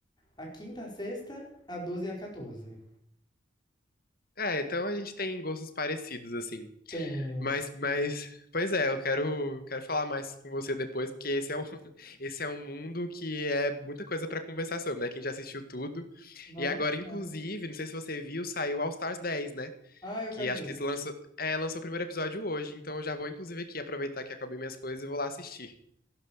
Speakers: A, on the left; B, on the left.
A: A quinta, a sexta, a 12 e a 14.
B: É, então a gente tem gostos parecidos, assim.
A: Temos.
B: Mas, mas, pois é, eu quero, quero falar mais com você depois, porque esse é um, <laughs> esse é um mundo que é muita coisa pra conversar sobre, né? Quem já assistiu tudo.
A: Nossa,
B: E agora,
A: demais.
B: inclusive, não sei se você viu, saiu All Stars 10, né?
A: Ah, eu
B: Que
A: quero
B: acho
A: ver.
B: que eles lançam, é, lançou o primeiro episódio hoje, então eu já vou, inclusive, aqui aproveitar que acabei minhas coisas e vou lá assistir.